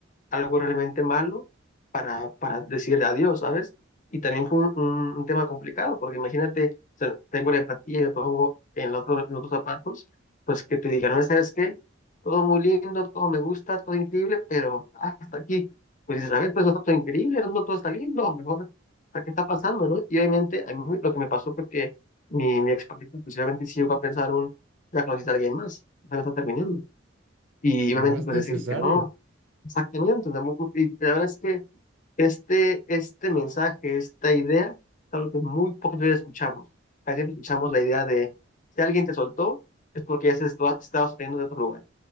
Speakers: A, on the left (about 40°); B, on the right (about 70°).
A: algo realmente malo para, para decir adiós, ¿sabes? Y también fue un, un- un tema complicado, porque imagínate, o sea, tengo la empatía y me pongo en los otro, en los otros zapatos, pues que te digan, no, ¿sabes qué? Todo muy lindo, todo me gusta, todo increíble, pero hasta aquí, pues dices, a ver, pues no está todo increíble, no no todo está lindo, mejor, ¿a ¿qué está pasando, no? Y obviamente a mí lo que me pasó fue que mi, mi expareja, pues obviamente sí llegó a pensar un, ya conociste a alguien más, ya me está terminando. Y
B: Y
A: obviamente
B: no es
A: pues
B: necesario.
A: decirle que no, exactamente. o sea, muy- muy- y la verdad es que este, este mensaje, esta idea, es algo que muy pocas veces escuchamos. Casi siempre escuchamos la idea de, si alguien te soltó, es porque ya se está- estaba sosteniendo de otro lugar.